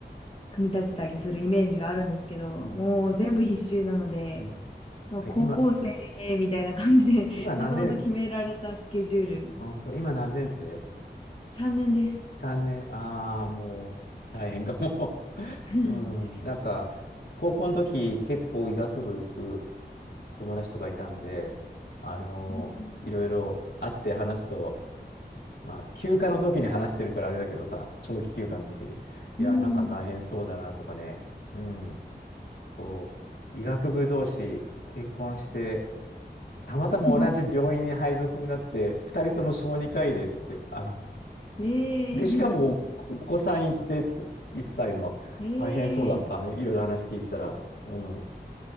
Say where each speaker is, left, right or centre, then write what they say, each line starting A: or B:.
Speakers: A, on the left; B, on the left.
A: 組み立てたりするイメージがあるんですけど、
B: ん。
A: もう全部必修なので、
B: うん。
A: もう高校生みたいな感じで
B: あれ今、
A: <laughs>
B: 今何年生、
A: まとまと決められたスケジュール、
B: あ本当、今何年生
A: 3年です。
B: ?3 年、ああ、もう、<laughs> 大変かも。<laughs>
A: <laughs>
B: うん、なんか、高校の時、結構医学部行く友達とかいたんで、あのいろいろ会って話すと、
A: うん。
B: まあ、休暇の時に話してるからあれだけどさ、長期休暇の時に、
A: うん。
B: いや、なんか大変そうだなとかね、うん、そう、医学部同士結婚して、たまたま同じ病院に配属になって、
A: うん
B: 二人とも小児科医で、つって、あの、
A: ええー。
B: で、しかもお、お子さんいてって、1歳の、
A: ええー。
B: 大変そうだった。いろいろ話聞いてたら、うん。っ